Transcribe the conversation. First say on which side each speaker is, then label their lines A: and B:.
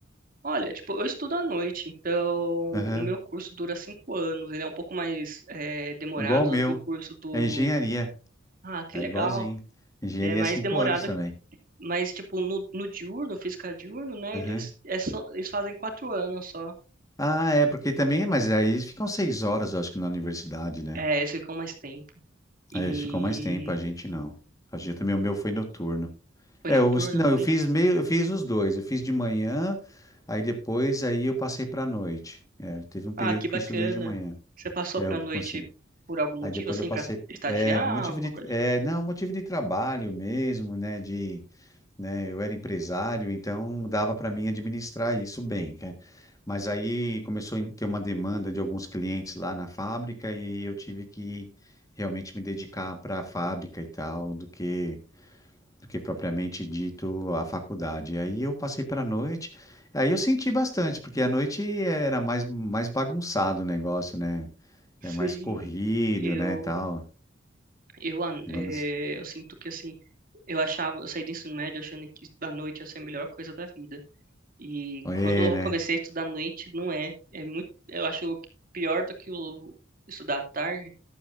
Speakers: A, on the right; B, on the left.
A: olha, tipo, eu estudo à noite, então
B: Aham.
A: o meu curso dura cinco anos, ele é um pouco mais é, demorado
B: Igual o meu.
A: do que o curso do...
B: É engenharia.
A: Ah, que
B: É
A: legal!
B: igualzinho. Engenharia
A: Ele é mais
B: é cinco
A: demorado
B: anos também.
A: Mas, tipo, no, no diurno, física diurno, né?
B: Aham.
A: Eles, é só- eles fazem quatro anos só.
B: Ah, é, porque também, mas aí eles ficam seis horas, eu acho que na universidade, né?
A: É, eles ficam mais tempo. E
B: É, eles ficam mais tempo, a gente não. A gente também, o meu foi noturno.
A: foi
B: É,
A: noturno
B: eu, não,
A: também?
B: eu fiz meio, eu fiz os dois. Eu fiz de manhã, aí depois aí eu passei pra noite. É, teve um período
A: Ah, que bacana.
B: que eu estudei de manhã.
A: Você passou
B: É,
A: pra
B: eu
A: noite
B: consegui.
A: por algum motivo,
B: Aí depois
A: assim,
B: eu passei,
A: pra estagiar,
B: é, motivo
A: alguma
B: de,
A: coisa?
B: é, não, motivo de trabalho mesmo, né, de, né, eu era empresário, então dava para mim administrar isso bem, né? Mas aí começou a ter uma demanda de alguns clientes lá na fábrica e eu tive que realmente me dedicar para a fábrica e tal, do que, do que propriamente dito a faculdade. Aí eu passei para a noite, aí eu senti bastante, porque à noite era mais, mais bagunçado o negócio, né?
A: Sim.
B: É mais corrido,
A: Eu,
B: né, tal.
A: eu, ah,
B: Agora
A: é,
B: não sei.
A: eu sinto que, assim, eu achava, eu saí do ensino médio achando que estudar à noite ia ser a melhor coisa da vida. E
B: É,
A: quando eu
B: é, né?
A: comecei a estudar à noite, não é. É muito, eu acho pior do que o estudar à tarde